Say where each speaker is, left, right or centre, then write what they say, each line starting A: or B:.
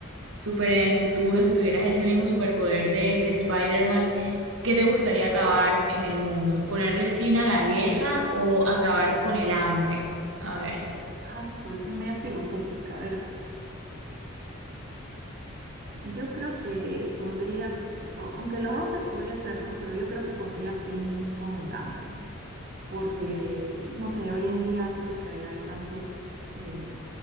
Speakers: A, on the right; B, on the right.
A: súper en el futuro, si tuvieras ese mismo superpoder de, de Spider-Man, ¿qué te gustaría acabar en el mundo? ¿Ponerle fin a la guerra o acabar con el hambre? A ver.
B: Ah, su, esa es media filosófica. A ver. Yo creo que pondría, fi- o- aunque los dos se podría hacer, ¿no? Pero yo creo que pondría fin con el hambre, porque,
A: Uf.
B: no sé, hoy en día creo que hay tantos eh,